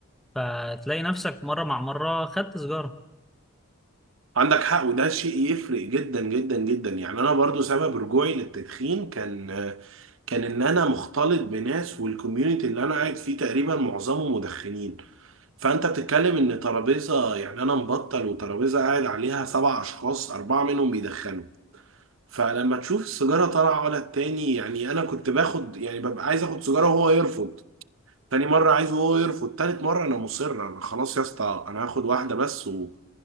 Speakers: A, in the centre; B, on the right.
A: فتلاقي نفسك مرة مع مرة خدت سيجارة
B: عندك حق وده شيء يفرق جدا جدا جدا يعني انا برضو سبب رجوعي للتدخين كان كان ان انا مختلط بناس والكوميونتي اللي انا قاعد فيه تقريبا معظمه مدخنين فانت بتتكلم ان ترابيزه يعني انا مبطل وترابيزه قاعد عليها سبع اشخاص اربعه منهم بيدخنوا فلما تشوف السيجاره طالعه ولا التاني يعني انا كنت باخد يعني ببقى عايز اخد سيجاره وهو يرفض تاني مرة عايزه هو يرفض تالت مرة أنا مصر أنا خلاص يا اسطى أنا هاخد واحدة بس ومش